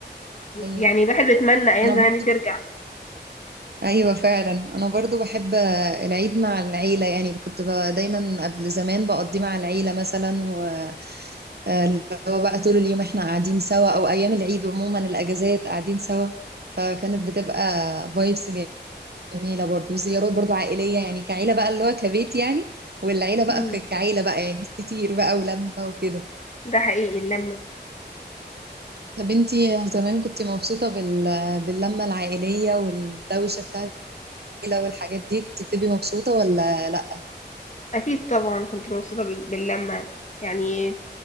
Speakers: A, on the right; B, on the left.
A: أيوة
B: يعني الواحد بيتمنى ايام
A: أنا
B: زمان
A: برضو
B: دي ترجع
A: ايوه فعلا انا برضو بحب العيد مع العيله يعني كنت ب- دايما قبل زمان بقضيه مع العيله مثلا و آه، اللي هو بقى طول اليوم احنا قاعدين سوا او ايام العيد عموما الاجازات قاعدين سوا فكانت بتبقى فايبس جميله برضو زيارات برضو عائليه يعني كعيله بقى اللي هو كبيت يعني والعيله بقى
B: مم.
A: ك- كعيله بقى يعني ناس كتير بقى ولمه وكده
B: ده حقيقي اللمة
A: طب انتي زمان كنت مبسوطه بال... باللمه العائليه والدوشه بتاعت العيله والحاجات دي كنت بتبقي مبسوطه ولا لا
B: اكيد طبعا كنت مبسوطة بال- باللمة يعني